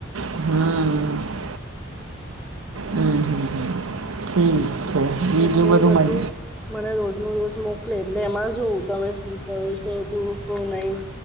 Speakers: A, on the right; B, in the centre.
A: હમ. હમ હમ ઠીક છે બીજું
B: એટલે
A: બધું
B: એ
A: મજ.
B: મને રોજનું રોજ મોકલે એટલે એમાં જોવં તમે. તું કહું છું તું શું નહીં